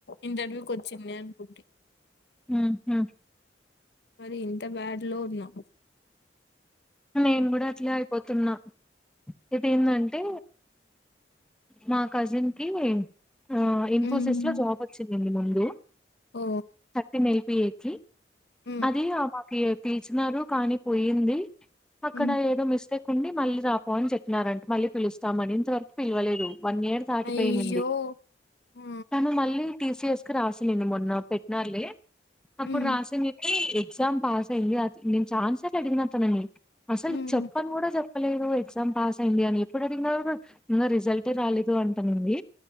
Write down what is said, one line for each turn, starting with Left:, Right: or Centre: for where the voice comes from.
Left: ఇంటర్వ్యూకి వచ్చింది అనుకుంటే
Centre: హమ్ హమ్
Left: మరి ఇంత బ్యాడ్ లో ఉన్నా
Centre: నేను గుడా అట్లే అయిపోతున్న ఇదేందంటే మా కజిన్ కి ఆ ఇన్ఫోసిస్
Left: హ్మ్
Centre: లో జాబ్ వచ్చింది ఇం ముందు
Left: ఓ
Centre: తర్టీన్ యెల్ పి ఏ <inaudible>
Left: హ్మ్
Centre: అది ఆమకి పిల్చినారు కానీ పోయింది ఆక్కడ
Left: హ్మ్
Centre: ఏదో మిస్టేక్ కుండి మళ్ళీ రాపో అని చెప్పినారంట మళ్ళీ పిలుస్తామని ఇంతవరకు పిలవలేదు వన్ ఇయర్ దాటిపోయియింది
Left: అయ్యో ఆ
Centre: తను మళ్ళీ టీసీఎస్కి రాసలేడి మొన్న పెట్టినారు లే అప్పుడు
Left: హ్మ్
Centre: రాసింది చెప్ ఎగ్జామ్ పాస్ అయింది అది నేను చానా సార్లు అడిగిన తనని అసలు
Left: హ్మ్
Centre: చెప్పని కూడా చెప్పలే ఎగ్జామ్ పాస్ అయింది అని ఎప్పుడు అడిగిన రిజల్ట్ే రాలేదు అంటానంది